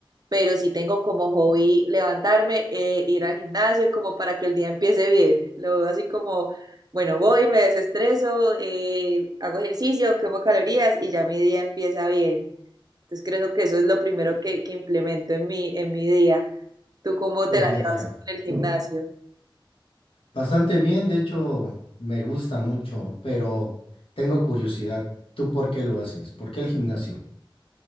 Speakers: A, on the right; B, on the left.
A: pero sí tengo como hobby levantarme, eh, ir al gimnasio como para que el día empiece bien. Lo veo así como, bueno, voy, me desestreso, eh, hago ejercicio, quemo calorías y ya mi día empieza bien. Entonces creo que eso es lo primero que, que implemento en mi, en mi día. ¿Tú cómo
B: tu
A: te
B: día
A: la llevas
B: a día?
A: con el gimnasio?
B: Bastante bien, de hecho, me gusta mucho, pero tengo curiosidad. ¿Tú por qué lo haces? ¿Por qué el gimnasio?